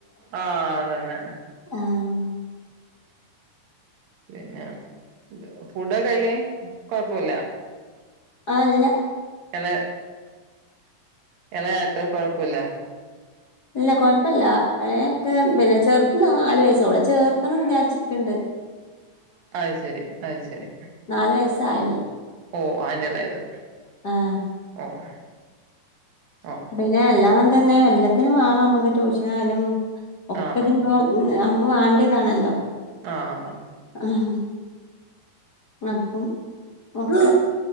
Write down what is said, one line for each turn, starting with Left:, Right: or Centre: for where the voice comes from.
Right: ആഹ് അത് തന്നെ
Left: ആഹ്
Right: പിന്നെ ഫുഡ് ഒക്കെ കഴിക്കാൻ കൊഴപ്പവില്ല
Left: ആഹ് ഇല്ല
Right: എള എളയ ആൾക്ക്‌ കൊഴപ്പവില്ല
Left: ഇല്ല കൊഴപ്പവില്ല എളയ ആക്ക് പിന്നെ ചെറുത് നാല് വയസ് ഓളെ ചേർത്തണം വിചാരിച്ച് ഇരിക്കണുണ്ട്
Right: അത് ശരി അത് ശരി
Left: നാല് വയസ്സായിണ്
Right: ഓഹ് അതിന്റെ എളേത്
Left: ആഹ്
Right: ഓഹ് ഓഹ്
Left: പിന്നെ എല്ലാം തന്നെ എല്ലാത്തിനും വേണം നമ്മുക്ക് ട്യൂഷനായാലും ഒക്കത്തിന്
Right: ആഹ് ആഹ്
Left: ഇപ്പോ ഉം നമുക്ക് വേണ്ടിയതാണല്ലോ
Right: ആഹ്
Left: ആഹ് അപ്പം ഒക്കെ